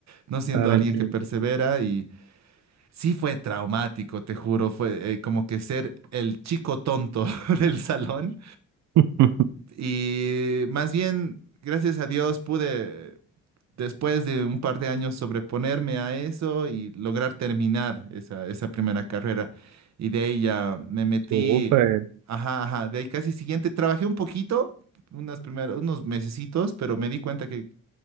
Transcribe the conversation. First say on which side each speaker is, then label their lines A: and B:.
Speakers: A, on the right; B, on the right.
A: no siendo
B: ahora
A: alguien
B: entiendo.
A: que persevera y sí fue traumático, te juro, fue eh, como que ser el chico tonto <laughs> del salón
B: <laughs>
A: y más bien, gracias a Dios, pude después de un par de años sobreponerme a eso y lograr terminar esa, esa primera carrera. Y de ahí ya me metí,
B: Súper.
A: ajá, ajá, de ahí casi siguiente, trabajé un poquito, unas primeras, unos mesecitos, pero me di cuenta que